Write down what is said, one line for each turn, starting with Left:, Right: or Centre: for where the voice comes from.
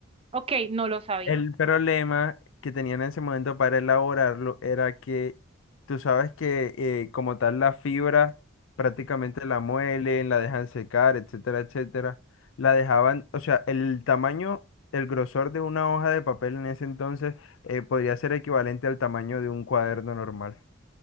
Right: Ok, no lo sabía.
Left: El problema que tenían en ese momento para elaborarlo era que tú sabes que eh, como tal la fibra prácticamente la muelen, la dejan secar, etcétera, etcétera. La dejaban, o sea, el tamaño, el grosor de una hoja de papel en ese entonces eh, podría ser equivalente al tamaño de un cuaderno normal.